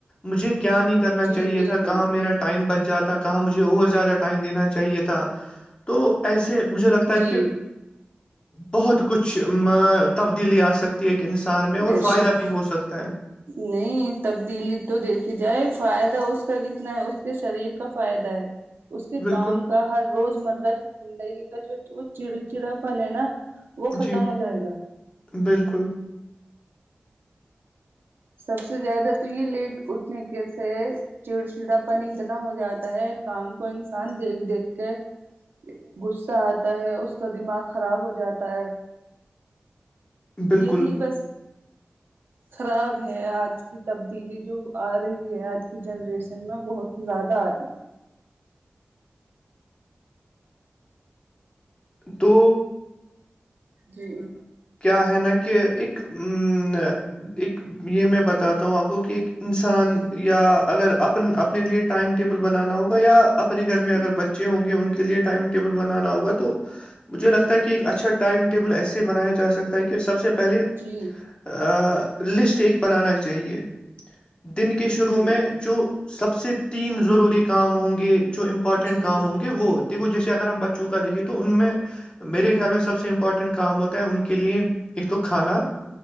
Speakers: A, on the left (about 30°); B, on the right (about 90°).
A: مجھے کیا نہیں کرنا
B: جی
A: چاہیے
B: بالکل
A: تھا کہاں میرا ٹائم بچ جاتا کہاں مجھے اور زیادہ ٹائم دینا چاہیے تھا تو ایسے مجھے لگتا ہے
B: جی
A: کہ بہت کچھ تبدیلی آ سکھ تی ہے انسان میں اور
B: بے
A: فائدہ
B: شک
A: بھی ہو سکتا ہے
B: نہیں تبدیلی تو دیکھی جائے فائدہ اس کا کتنا ہے اس کے شریر کا فائدہ ہے اس کے
A: بالکل
B: کام کا ہر روز الگ زندگی کا جو چڑ چڑاپن ہے نا وہ ختم
A: جی
B: ہو جائے گا
A: بالکل
B: سب سے زیادہ تو یہ لیٹ اٹھنے کے سے چڑ چڑا پن اتنا ہو جاتا ہے کام کو انسان دیکھ دیکھ کے غصہ آتا ہے اس کا دماغ خراب ہو جاتا ہے
A: بالکل
B: یہی بس
A: <inaudible>
B: خراب ہے آج کی تبدیلی جو آ رہی ہے آج کی جنریشن میں بہت زیادہ آتی
A: تو
B: جی
A: کیا ہے نا کہ ایک ا ایک یہ میں بتاتا ہوں آپ کو کہ ایک انسان
B: جی
A: یا اگر اپ اپنے لیے ٹائم ٹیبل بنانا ہوگا یا اپنے
B: جی
A: گھر میں اگر بچ اچے ہوں گے ان کے لیے ٹائم ٹیبل بنانا ہوگا تو مجھے لگتا ہے کہ ایک اچھا ٹائم ٹیبل ایسے بنایا جا سکتا ہے کہ سب سے پہلے
B: جی
A: آ لسٹ ایک بنانا چاہیے دن کے شروع
B: جی
A: میں جو سب سے تین ضروری کام ہوں گے جو امپورٹینٹ
B: جی
A: کام ہوں گے وہ جیے اگر ہم بچوں کا دیکھیے تو ان میں میرے خیال میں سب سے امپورٹنٹ کام ہوتا ہے ان کے لیے ایک تو کھانا